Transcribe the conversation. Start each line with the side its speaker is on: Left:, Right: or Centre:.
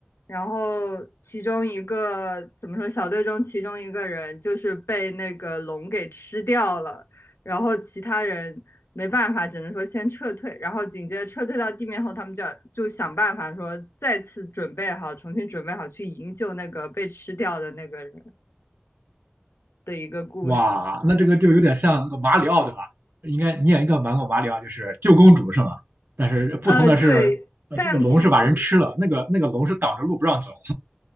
Left: 然后其中一个怎么说？小队中其中一个人就是被那个龙给吃掉了。然后其他人没办法，只能说先撤退，然后紧接着撤退到地面后，他们就要就想办法说再次准备好，重新准备好去营救那个被吃掉的那个人的一个故事。
Right: 哇，那这个就有点像那个马里奥，对吧？应该你也应该玩过马里奥，就是救公主是吗？但是不同的是，
Left: 呃，对，
Right: 呃，
Left: 但其实
Right: 这个龙是把人吃了，那个那个龙是挡着路不让走。